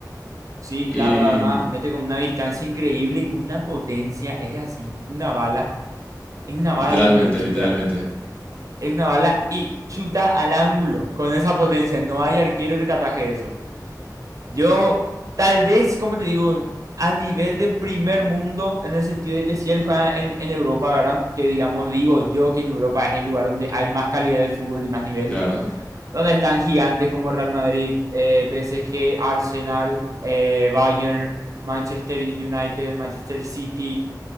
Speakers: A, on the right; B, on the left.
A: Sí,
B: Y
A: claro, además mete con una distancia increíble y con una potencia. Es así, una bala. Es una bala
B: literalmente,
A: lo que él chuta.
B: literalmente.
A: Es una bala y chuta al ángulo con esa potencia. No hay arquero que te ataje eso. Yo, tal vez, como te digo, a nivel de primer mundo, en el sentido de que si él juega en, en Europa, ¿verdad? Que digamos, digo yo que en Europa es el lugar donde hay más calidad de fútbol y más nivel,
B: Claro,
A: donde están gigantes como Real Madrid, eh, PSG, Arsenal, eh, Bayern, Manchester United, Manchester City,